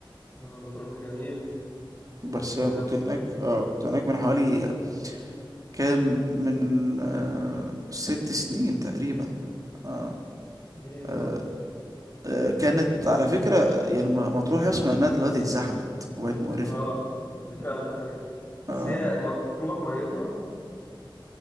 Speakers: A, on the left (about 25°); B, on the right (about 40°).
A: آه مطروح دي جميلة
B: بس
A: جميلة
B: أنا كنت
A: من
B: هناك آه كنت هناك من حوالي كام من آه ست سنين تقريبا آه
A: سنين
B: آه
A: أه
B: آه، كانت على فكرة يعني م- مطروح أسمع إنها دلوقتي اتزحمت وبقت مقرفة
A: آه، صح دي فعلا ده حقيقة بس
B: آه
A: هي مطروح ميتها